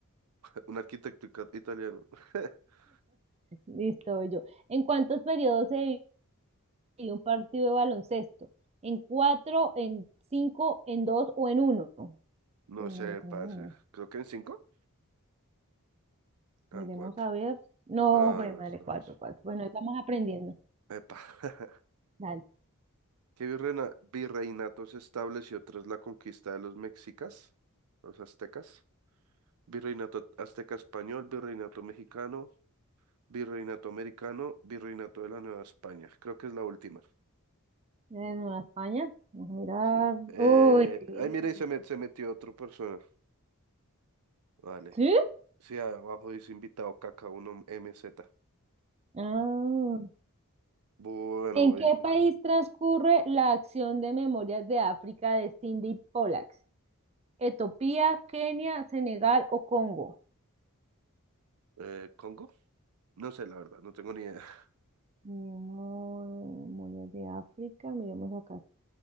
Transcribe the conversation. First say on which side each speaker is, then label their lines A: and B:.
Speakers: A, on the right; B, on the right.
A: <laughs> Un arquitecto ica- italiano. <laughs>
B: Listo, voy yo. ¿En cuántos periodos se divide un partido de baloncesto? ¿En cuatro, en cinco, en dos o en uno?
A: No
B: Uy,
A: sé,
B: no, no tengo
A: parce.
B: ni idea.
A: Creo que en cinco. Ah,
B: Miremos
A: En cuatro.
B: a ver. No,
A: No, no,
B: fue madre,
A: no, estamos.
B: cuatro, cuatro. Bueno, ahí vamos aprendiendo.
A: Epa. <laughs>
B: Dale.
A: ¿Qué virreina- virreinato se estableció tras la conquista de los mexicas, los aztecas? Virreinato azteca español, virreinato mexicano, virreinato americano, virreinato de la Nueva España. Creo que es la última.
B: En España, vamos a mirar.
A: Sí. Eh,
B: Uy, sí.
A: ay, mira, y se, met- se metió otra persona. Vale.
B: ¿Sí?
A: Sí, abajo dice invitado caca uno m z
B: Ah.
A: Bueno,
B: ¿En
A: voy
B: qué
A: yo.
B: país transcurre la acción de Memorias de África de Cindy Pollack? ¿Etiopía, Kenia, Senegal o Congo?
A: Eh, ¿Congo? No sé, la verdad, no tengo ni idea. <laughs>
B: Memo- Memorias de África, miremos acá.